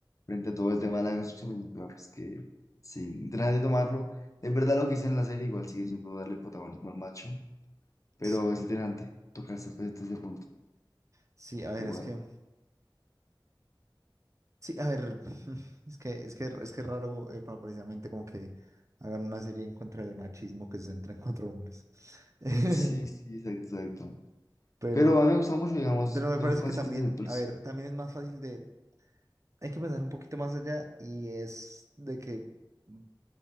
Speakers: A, on the left; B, on the right.
A: frente a todo el tema de la construcción, es pues que sí, interesante tomarlo. es verdad lo que hice en la serie igual sigue siendo darle protagonismo al macho, pero
B: Sí,
A: es interesante tocarse pues, desde ese punto.
B: Sí, a ver,
A: Igual.
B: es que, sí, a ver, <laughs> es que es que es que es raro eh, para precisamente como que hagan una serie en contra del machismo que se centra en cuatro hombres. <laughs>
A: Sí, sí, exacto, exacto.
B: Pero,
A: Pero a mí me gusta mucho, digamos,
B: pero me
A: los
B: parece
A: conceptos
B: que también,
A: que se pues,
B: a ver, también es más fácil de, hay que pensar un poquito más allá y es de que mm,